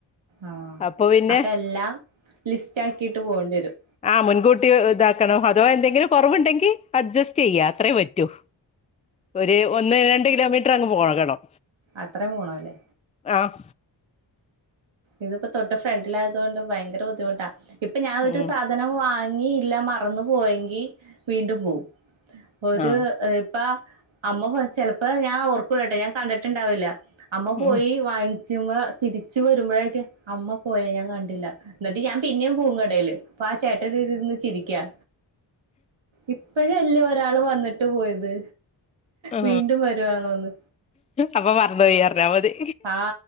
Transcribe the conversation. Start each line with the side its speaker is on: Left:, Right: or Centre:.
Right: ആ
Left: അപ്പൊ പിന്നെ
Right: അപ്പെല്ലാം ലിസ്റ്റാക്കിട്ട് പോണ്ടേരും
Left: ആ മുൻകൂട്ടി ഇതാക്കണം അധവാ എന്തെങ്കിലും കുറവുണ്ടെങ്കി അഡ്ജസ്റ്റ് ചെയ്യാ അത്രേ പറ്റൂ ഒര് ഒന്ന് രണ്ട് കിലോമീറ്റർ അങ്ങ് പോകണം
Right: അത്രേം പോണല്ലേ
Left: ആഹ്
Right: ഇതിപ്പോ തൊട്ട് ഫ്രണ്ടിലായതോണ്ട് ഭയങ്കര ബുദ്ധിമുട്ടാ ഇപ്പൊ ഞാൻ ഒരു
Left: ഉം
Right: സാധന നം വാങ്ങിയില്ല മറന്നു പോയെങ്കി വീണ്ടും പോവും ഒരു
Left: ആഹ്
Right: ഇപ്പ അമ്മ ചെൽപ്പോ ഞാൻ ഓർക്കൂലട്ടോ ഞാൻ കണ്ടിട്ടുണ്ടാവില്ല അമ്മ പോയി
Left: ഉം
Right: വാങ്ങ തിരിച്ചു വരുമ്പോഴേക്കും അമ്മ പോയ ഞാൻ കണ്ടില്ല എന്നിട്ട് ഞാൻ പിന്നെം പോവും കടേല് അപ്പൊ ആ ചേട്ടനിരീന്ന് ചിരിക്ക്യാ ഇപ്പോഴല്ലേ ഒരാള് വന്നിട്ട് പോയത്
Left: ആ
Right: വീണ്ടും വരുവാണോന്ന്
Left: അപ്പൊ മറന്നുപോയിറഞ്ഞാ മതി
Right: ആ